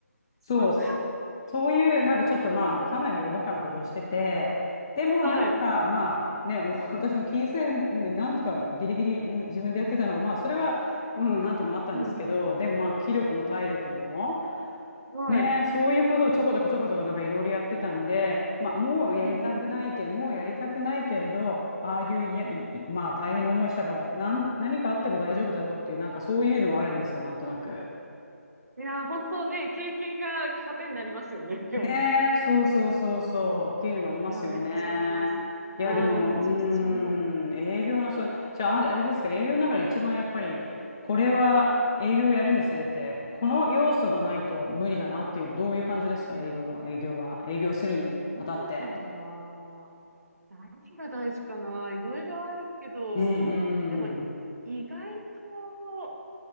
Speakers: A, on the right (about 75°); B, on the left (about 15°).
A: そん
B: そう、そ、そういうなんかちょっとまあかなりおバカなことをしてて、でもなんかまあね、
A: な、はい。
B: お <laughs> 私も金銭面なんとかギリギリ自分でやってたのは、まあそれは、うん、なんとかなったんですけど、
A: うん。
B: でもまあ気力も体力も、
A: はい。
B: ねえ、そういうことをちょこちょこちょこちょこなんかいろいろやってたんで、まあ、もうやりたくないけれど、
A: うんうん。
B: もうやりたくないけれど、ああいういや、
A: うん
B: い、いまあ大変な思いしたから、なん、何かあっても大丈夫だろうっていう、なんかそういうのもあるんですよ、なんとなく。
A: いやー、本当ね、経験が糧になりますよね。<laughs>
B: ねえ、そうそうそうそうっていうのもありますよね。
A: いやー、めっちゃ思います。
B: いや、
A: うん、
B: でも、
A: めちゃくちゃ思
B: うーん、営業の、その、じゃあ、あれあれですか、営業の中で一番やっぱり、これは営業をやるにつれて、この要素がないと無理だなっていう、
A: う。
B: どういう感じですか、営業は、営業は、営業するにあたって。
A: うん、なんだろうな。何が大事かな。いろいろあるけど、
B: うん
A: でも、
B: うん
A: 意外と、